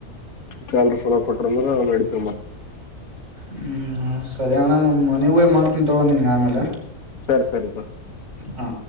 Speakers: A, on the left; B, on the right.
A: ಚಲ್ರು ಸಲ ಕೊಟ್ರ ಅಂದ್ರೆ ನ <unintelligible> ಸಮ <unintelligible>
B: ಹ್ಮ್ ಸರಿ ಅಣ್ಣ ಮನಗ ಮಾಡ್ತನ್ ತವ ನಿನ್ಗೆ ಆಮೇಲೆ
A: ಸರಿ ಸರಿ
B: ಹಾ